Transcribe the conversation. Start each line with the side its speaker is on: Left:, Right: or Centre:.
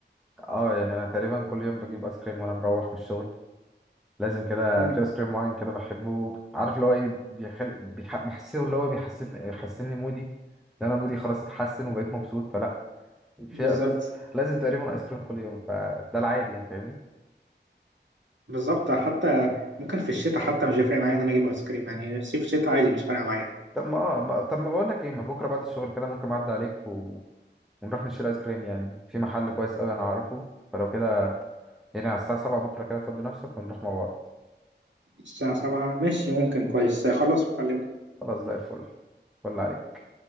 Centre: اه يعني انا تقريبا كل يوم بجيب ايس كريم وانا مروح من الشغل لازم كده
Right: مم.
Centre: في ايس كريم معين كده بحبه عارف اللي هو ايه بيخل... بيح... بحسه اللي هو بيحسسني بيحسسني مودي لو انا مودي خلاص اتحسن وبقيت مبسوط فلا فيها
Right: بالظبط
Centre: لازم لازم تقريبا ايس كريم كل يوم فده العادي يعني فاهمني
Right: بالظبط حتى ممكن في الشتاء حتى مش هيفرق معايا ان انا اجيب ايس كريم يعني صيف شتاء عادي مش فارقه معايا
Centre: طب ما اه ما... طب ما بقول لك ايه ما بكره بعد الشغل كده ممكن اعدي عليك و... ونروح نشتري ايس كريم يعني في محل كويس قوي انا عارفه فلو كده يعني على الساعه 7 بكره كده فضي نفسك ونروح مع بعض
Right: الساعه 7 ماشي ممكن كويس خلص وكلمني
Centre: خلاص زي الفل فل عليك